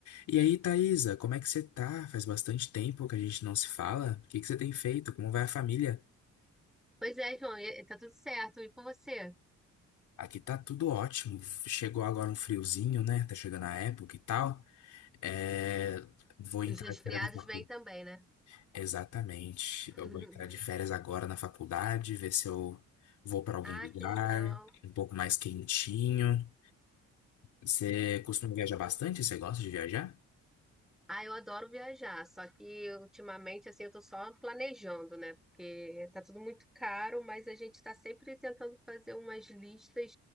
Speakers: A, on the left; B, in the centre.
A: E aí, Thaisa, como é que você tá? Faz bastante tempo que a gente não se fala. O que que você tem feito? Como vai a família?
B: Pois é, João, e- tá tudo certo. E com você?
A: Aqui tá tudo ótimo. Chegou agora um friozinho, né? Tá chegando a época e tal. É... Vou entrar
B: Os resfriados
A: de férias na faculdade.
B: vêm também, né?
A: Exatamente.
B: <laughs>
A: Eu vou entrar de férias agora na faculdade, ver se eu vou pra algum
B: Ah,
A: lugar
B: que legal.
A: um pouco mais quentinho. Você costuma viajar bastante? Você gosta de viajar?
B: Ah, eu adoro viajar, só que ultimamente, assim, eu tô só planejando, né? Porque tá tudo muito caro, mas a gente tá sempre tentando fazer umas listas